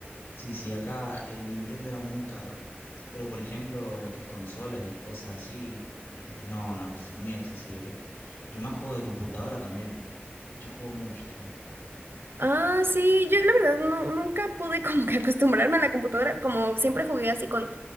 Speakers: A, on the left; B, on the right.
A: Sí, sí, acá eh, Nintendo era muy caro. Pero por ejemplo, lo que es consola y cosas así, eh, no, no, es muy accesible. Y más juegos de computadora también. Yo juego mucho también.
B: Ah, sí, yo la verdad no, nunca pude como que acostumbrarme a la computadora, como siempre jugué así con,